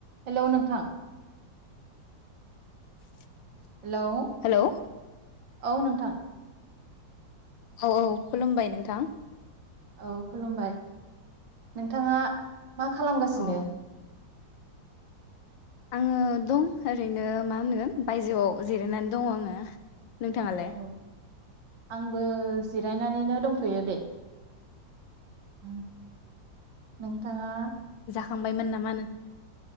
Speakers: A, on the right (about 75°); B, on the left (about 80°).
A: Hello नोंथां
B: <unintelligible>
A: hello
B: hello
A: औ नोंथां
B: औ औ खुलुमबाय नोंथां
A: औ खुलुमबाय नोंथाङा मा खालामगासिनो
B: अ आङो दं ओरैनो मा होनो बायजोआव जिरायनानै दं आङो नोंथाङालाय
A: औ आंबो जिरायनानैनो दंथयो दे ओम नोंथाङा
B: थांबायमोन नामा नों